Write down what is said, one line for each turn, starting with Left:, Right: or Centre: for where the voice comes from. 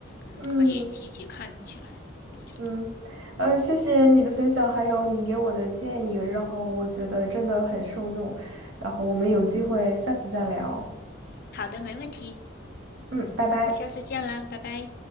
Left: 嗯，
Right: 嗯
Left: 可以积极看起来，我觉得。
Right: 嗯，呃，谢谢你的分享，还有你给我的建议，然后我觉得真的很受用，然后我们有机会下次再聊，
Left: 好的，没问题。
Right: 嗯，拜拜。
Left: 那下次见啦，拜拜。